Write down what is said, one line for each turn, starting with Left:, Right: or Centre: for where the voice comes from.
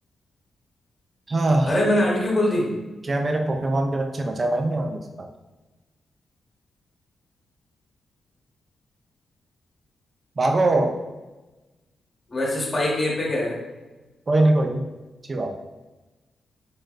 Right: हाँ
Left: अरे मैंने अल्ट क्यों खोल दी
Right: क्या मेरे पोकेमोन के बच्चे बचा पाएंगे मतलब इस बार भागो
Left: वैसे स्पाइक ए पे गया है
Right: कोई नहीं कोई नहीं अच्छी बात